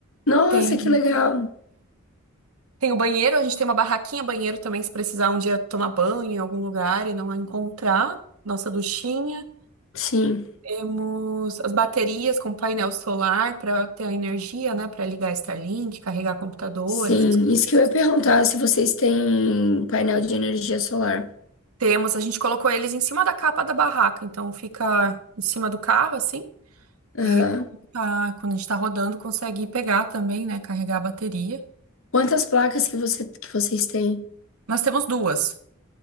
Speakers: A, on the left; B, on the right.
A: Nossa,
B: Tem.
A: que legal.
B: Tem o banheiro, a gente tem uma barraquinha banheiro também, se precisar um dia tomar banho em algum lugar e não a encontrar. Nossa duchinha.
A: Sim,
B: Temos as baterias com painel solar para ter a energia, né? Para ligar Starlink, carregar computador,
A: sim.
B: essas coisas.
A: Isso que eu ia perguntar, se vocês têm painel de energia solar.
B: Temos, a gente colocou eles em cima da capa da barraca, então fica em cima do carro, assim.
A: Aham.
B: E aí, quando tá, quando a gente tá rodando, consegue pegar também, né? Carregar a bateria.
A: Quantas placas que você, que vocês têm?
B: Nós temos duas